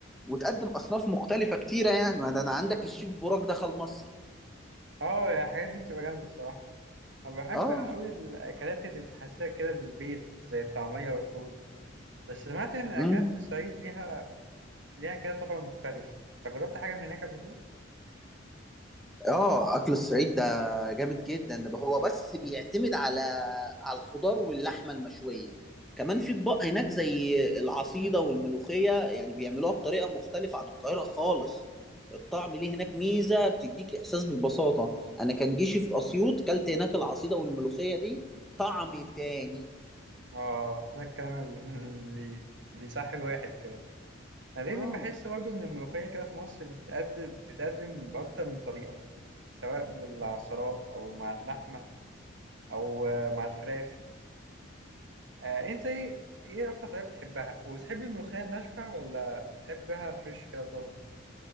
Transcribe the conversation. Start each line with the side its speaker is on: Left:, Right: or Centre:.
Centre: وتقدم اصناف مختلفه كتيره يعني ما ده انا عندك الشيف بوراك دخل مصر
Right: آه يا الحاجات دي بتبقى جامدة الصراحة أنا بحب
Centre: اه
Right: أوي الأكلات اللي بتحسسك كده بالبيت زي الطعمية والفول بس سمعت إن الأكلات
Centre: امم
Right: في الصعيد ليها ليها كده طبع مختلف أنت جربت حاجة من هناك قبل كده؟
Centre: اه اكل الصعيد ده جامد جدا ده هو بس بيعتمد على على الخضار واللحمه المشويه كمان في اطباق هناك زي العصيده والملوخيه يعني بيعملوها بطريقه مختلفه عن القاهره خالص الطعم ليه هناك ميزه بتديك احساس بالبساطه انا كان جيشي في اسيوط كلت هناك العصيده والملوخيه دي طعم تاني
Right: آه ده الكلام <laughs> اللي اللي صح الواحد كده أنا دايما
Centre: اه
Right: بحس برضو إن الملوخية كده في مصر بتتقدم بتتقدم بأكتر من طريقة سواء بالعصارات أو مع اللحمة أو آه، مع الفراخ آه أنت إيه إيه أكتر طريقة بتحبها؟ وبتحب الملوخية الناشفة ولا بتحبها فريش كده طازة؟